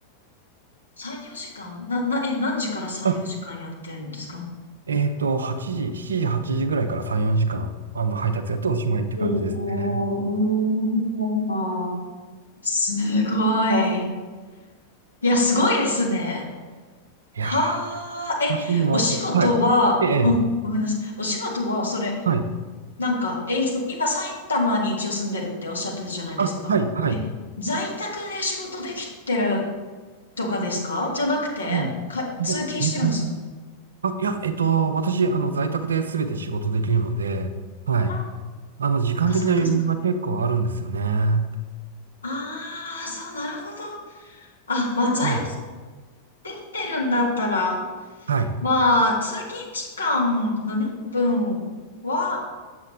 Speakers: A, on the left (about 75°); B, on the right (about 70°).
A: 3、4時間な、な、え、何時から3、
B: あ、
A: 4時間やってんですか
B: えっと、8時、7時、8時ぐらいから3、4時間、あの、配達やっておしまいって感じですね。
A: おーすごい。いや、すごいですね。
B: いやー、
A: はあ、え、
B: 私には、
A: お仕事は、
B: はい。えええ
A: うん、ごめんなさい。お仕事は、それ、
B: はい。
A: なんか、え、いつ今、埼玉に一応住んでるっておっしゃってたじゃないですか。
B: あ、はい、はい。
A: え、在宅で仕事できてるとかですかじゃなくて、
B: もう、
A: か、通勤してるんです。
B: いやえっと、あ、いや、えっと、私、あの、在宅で全て仕事できるので、はい。
A: あー、
B: あの、時間的な余裕が結構あるんですよね。
A: そっかそっかそっか。
B: は
A: ああ、そう、なるほど。あ、まあ、在宅
B: い。
A: できてるんだったら、
B: はい。
A: まあ、通勤時間のね、分は、